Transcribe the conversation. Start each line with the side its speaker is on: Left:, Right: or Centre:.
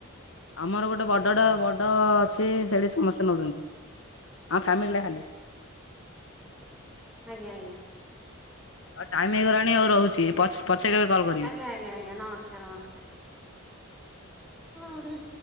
Left: ଆମର ଗୋଟେ ବଡ଼ଡ ବଡ଼ ସେ ହେଡି ସମସେ ନଉଚନ୍ତି ଆମ ଫ୍ୟାମିଲିଟା ଖାଲି।
Centre: ଆଜ୍ଞା ଆଜ୍ଞା।
Left: ଆଉ ଟାଇମ୍ ହେଇଗଲାଣି ହଉ ରହୁଛି ପଛ ପଛେ କେବେ କଲ୍ କ
Centre: ଆଜ୍ଞା ଆଜ୍ଞା ଆଜ୍ଞା ନମସ୍କାର ନମସ୍କାର ଉଠୁରେ।